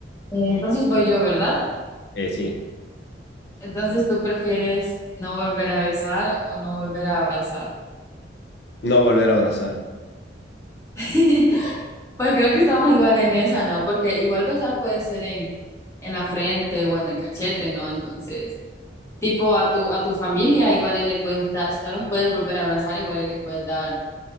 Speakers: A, on the left; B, on the left.
A: Eh, Entonces voy yo, ¿verdad?
B: eh, sí.
A: Entonces tú prefieres no volver a besar o no volver a abrazar.
B: No volver a abrazar.
A: <laughs> Pues creo que estamos igual en esa, ¿no? Porque igual besar puede ser en, en la frente o en el cachete, ¿no? Entonces, tipo a tu, a tu familia, igual y le puedes dar, si no los puedes volver a abrazar, igual y les puedes dar